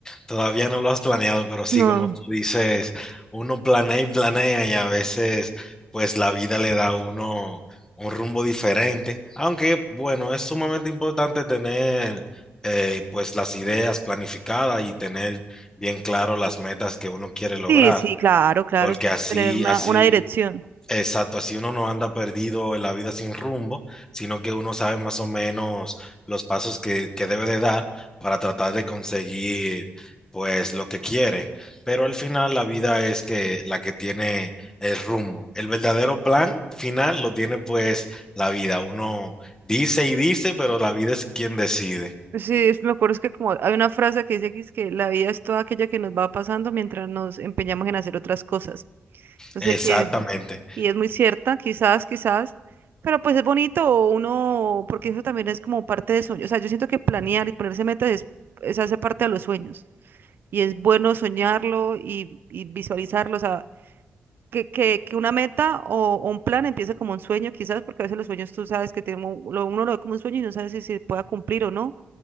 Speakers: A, on the left; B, on the right.
A: Todavía no lo has planeado, pero sí,
B: No,
A: como tú dices, uno planea y planea y a veces pues la vida le da a uno un rumbo diferente. Aunque bueno, es sumamente importante tener eh, pues las ideas planificadas y tener bien claro las metas que uno quiere lograr,
B: sí, sí, claro, claro,
A: porque
B: es como
A: así,
B: tener una,
A: así
B: una dirección.
A: Exacto, así uno no anda perdido en la vida sin rumbo, sino que uno sabe más o menos los pasos que, que debe de dar para tratar de conseguir pues lo que quiere. Pero al final la vida es que la que tiene el rumbo. El verdadero plan final lo tiene pues la vida. Uno dice y dice, pero la vida es quien decide.
B: Sí, es- me acuerdo es que como hay una frase que dice que, es que la vida es toda aquella que nos va pasando mientras nos empeñamos en hacer otras cosas. No
A: Exactamente.
B: sé quién es. Y es muy cierta, quizás, quizás, pero pues es bonito uno, porque eso también es como parte de sueño. O sea, yo siento que planear y ponerse metas es, es hace parte de los sueños. Y es bueno soñarlo y, y visualizarlo. O sea, que, que, que una meta o, o un plan empiece como un sueño, quizás, porque a veces los sueños tú sabes que tiene, uno lo ve como un sueño y no sabes si se pueda cumplir o no